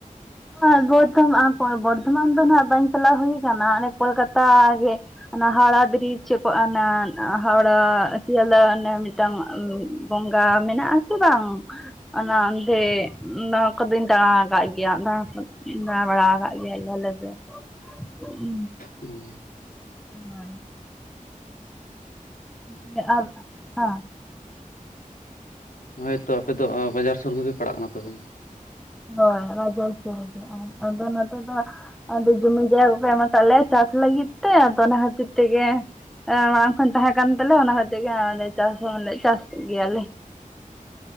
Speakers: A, in the centre; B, on the left.
A: ᱦᱟᱸ᱾ ᱵᱚᱨᱫᱷᱚᱢᱟᱱ ᱠᱚᱭ ᱵᱚᱨᱫᱷᱚᱢᱟᱱ ᱫᱚ ᱱᱦᱟᱜ ᱵᱟᱝ ᱪᱟᱞᱟᱣ ᱦᱩᱭ ᱟᱠᱟᱱᱟ ᱚᱱᱮ ᱠᱳᱞᱠᱟᱛᱟ ᱜᱮ᱾ ᱚᱱᱟ ᱦᱟᱣᱲᱟ ᱵᱨᱤᱡᱽ ᱪᱮᱫ ᱠᱚ ᱢᱮᱱᱟ ᱦᱟᱣᱲᱟ, ᱥᱳᱭᱟᱞᱫᱟ ᱚᱱᱮ ᱢᱤᱫᱴᱟᱝ ᱩᱸ ᱵᱚᱸᱜᱟ ᱢᱮᱱᱟᱜ ᱟᱥᱮ ᱵᱟᱝ ᱚᱱᱟ ᱚᱸᱰᱮ ᱚᱱᱟ ᱠᱚᱫᱚᱧ ᱫᱟᱬᱟ ᱟᱠᱟᱫ ᱜᱮᱭᱟ᱾ ᱫᱟᱬᱟ ᱫᱚ ᱫᱟᱬᱟ ᱵᱟᱲᱟ ᱟᱠᱟᱫ ᱜᱮᱭᱟᱞᱮ ᱟᱞᱮ ᱫᱚ᱾ <unintelligible>
B: ᱦᱩᱸ᱾
A: ᱦᱳᱭ᱾ <unintelligible> ᱟᱨ ᱦᱟᱸ
B: ᱦᱳᱭᱛᱚ ᱟᱯᱮ ᱫᱚ ᱚ ᱵᱟᱡᱟᱨ ᱥᱩᱨ ᱜᱮᱯᱮ ᱯᱟᱲᱟᱜ ᱠᱟᱱᱟ ᱛᱚᱵᱮ᱾
A: ᱦᱳᱭ ᱵᱟᱡᱟᱨ ᱥᱩᱨ ᱜᱮ ᱟᱨ ᱟᱫᱚ ᱱᱚᱛᱮ ᱫᱚ ᱟᱫᱚ ᱡᱩᱢᱤ ᱡᱟᱭᱜᱟ ᱠᱚ ᱮᱢ ᱟᱠᱟᱫᱽ ᱞᱮᱭᱟ ᱪᱟᱥ ᱞᱟᱜᱤᱫᱽ ᱛᱮ ᱟᱫᱚ ᱚᱱᱟ ᱠᱦᱟᱛᱤᱨ ᱛᱮᱜᱮ ᱮ ᱢᱟᱲᱟᱝ ᱠᱷᱚᱱ ᱛᱟᱦᱮᱸ ᱠᱟᱱ ᱛᱟᱞᱮᱭᱟ ᱚᱱᱟ ᱠᱦᱟᱛᱤᱨ ᱜᱮ ᱱᱚᱣᱟᱞᱮ ᱪᱟᱥ ᱦᱚᱸ ᱢᱟᱱᱮ ᱪᱟᱥᱮᱫ ᱜᱮᱭᱟᱞᱮ᱾